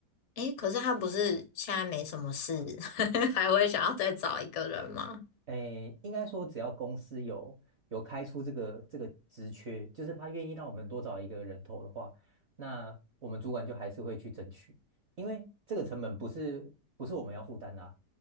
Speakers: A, on the left; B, on the right.
A: 诶，可是他不是现在没什么事，<laughs> 还会想要再找一个人吗？
B: 诶，应该说只要公司有有开出这个这个职缺，就是他愿意让我们多找一个人头的话，那我们主管就还是会去争取，因为这个成本不是不是我们要负担啦，